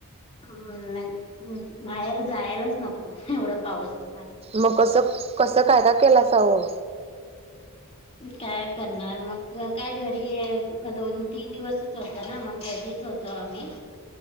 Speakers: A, on the left (about 25°); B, on the right (about 25°).
A: म् बाहेर जायलाच नको एवढं पाऊसच.
B: मग कसं कसं काय काय केलासा वो.
A: काय करणार मग काय घरी आहे दोन-तीन दिवस. होत ना मग घरीच होतो आम्ही